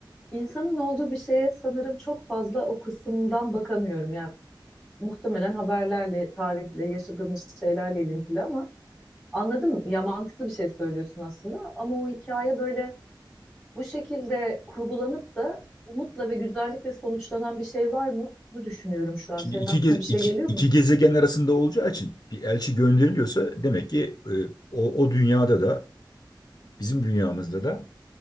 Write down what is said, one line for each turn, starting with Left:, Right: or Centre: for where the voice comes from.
Centre: insanın olduğu bir şeye sanırım çok fazla o kısımdan bakamıyorum. Yani muhtemelen haberlerle, tarihle, yaşadığımız şeylerle ilintili ama anladım ya mantıklı bir şey söylüyorsun aslında. Ama o hikaye böyle bu şekilde kurgulanıp da umutla ve güzellikle sonuçlanan bir şey var mı? Bunu düşünüyorum şu an.
Left: şimdi
Centre: Senin
Left: iki,
Centre: aklına
Left: ge-
Centre: bir şey
Left: iki,
Centre: geliyor
Left: iki
Centre: mu?
Left: gezegen arasında olacağı için bir elçi gönderiliyorsa demek ki e, o, o dünyada da bizim dünyamızda da